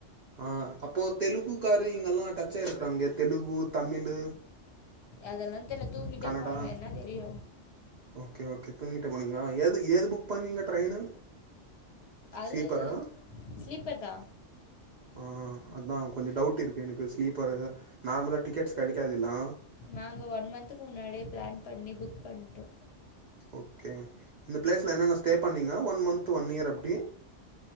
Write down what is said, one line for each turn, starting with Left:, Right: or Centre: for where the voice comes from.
Right: ஆ அப்போ தெலுங்கு காரிங்கெல்லா டச்சாய் இருக்காங்க தெலுங்கு தமிழு
Left: அதெல்லா தெரில தூக்கிட்டே
Right: கன்னடா
Left: போனொ என்ன தெரியு
Right: ஓகே ஓகே தூங்கிட்டு போனீங்ளா ஏது ஏது புக் பண்ணீங்க ட்ரெயினு
Left: அது
Right: ஸ்லீப்பரா
Left: ஸ்லீப்பர் தா
Right: ஆ அதா கொஞ்ச டவுட் இருக்கு எனக்கு ஸ்லீப்பரு நார்மலா டிக்கெட்ஸ் கடைக்காதுல்லா
Left: நாங்க ஒன் மன்துக்கு முன்னாடியே ப்ளான் பண்ணி புக் பண்ட்டோ
Right: ஓகே இந்த ப்ளேஸ்ல என்னென்ன ஸ்டே பண்ணிங்க ஒன் மன்த்து ஒன் இயர் அப்டி